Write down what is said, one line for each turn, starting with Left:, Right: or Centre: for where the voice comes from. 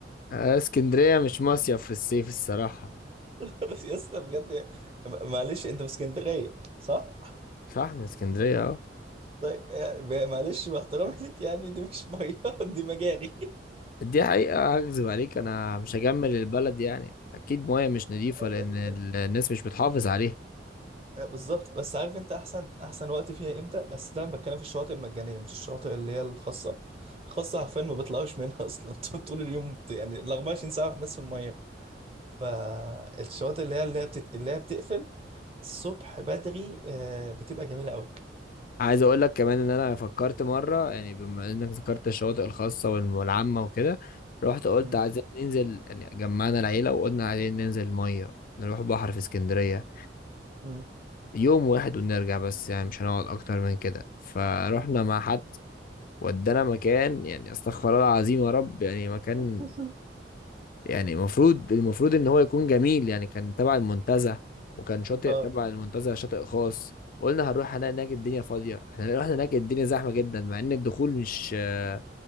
Left: آه، اسكندرية مش مصيف في الصيف الصراحة
Right: <laughs> يا اسطى بجد م- معلش أنت في اسكندرية صح؟
Left: فاهم اسكندرية اه
Right: طيب يعني معلش باحترامي ليك يعني دي مش مية <laughs> دي مجاري
Left: دي حقيقة هكذب عليك انا مش هجمل البلد يعني اكيد مياه مش نظيفة
Right: أيوة،
Left: لان ال-
Right: أيوة.
Left: الناس مش بتحافظ عليها
Right: بالظبط بس عارف انت احسن احسن وقت فيها امتى بس ده انا بتكلم في الشواطئ المجانيه مش الشواطئ اللي هي الخاصه الخاصه حرفيا ما بيطلعوش منها اصلا <laughs> طول اليوم يعني ال 24 ساعه الناس في الميه فالشواطئ اللي هي اللي هي بتت... اللي هي بتقفل الصبح بدري آه، بتبقى جميله قوي
Left: عايز اقول لك كمان ان انا فكرت مرة يعني بما انك ذكرت الشواطئ الخاصة والم- والعامة وكده رحت قلت
Right: مم.
Left: عايزين ننزل يعني جمعنا العيلة وقلنا عايزين ننزل مية نروح بحر في اسكندرية
Right: مم.
Left: يوم واحد ونرجع بس يعني مش هنقعد اكتر من كده فروحنا مع حد ودانا مكان يعني استغفر الله العظيم يا رب يعني مكان
Right: <laughs>
Left: يعني المفروض المفروض ان هو يكون جميل يعني كان تبع المنتزه وكان شاطئ
Right: اه
Left: تبع المنتزه شاطئ خاص قلنا هنروح هنلاقي هناك الدنيا فاضيه احنا رحنا هناك الدنيا زحمه جدا مع ان الدخول مش آه،